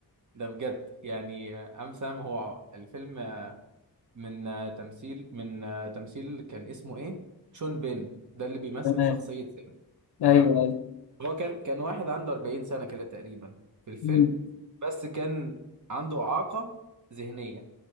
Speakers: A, on the right (about 50°); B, on the left (about 75°).
A: ده بجد يعني آه، ام سام هو الفيلم آه، من آه، تمثيل من آه، تمثيل كان اسمه ايه شون بين ده اللي بيمثل
B: تمام
A: شخصية سام تمام
B: ايوه ايوه
A: هو كان كان واحد عنده 40 سنة كده تقريبا في الفيلم
B: مم.
A: بس كان عنده إعاقة ذهنية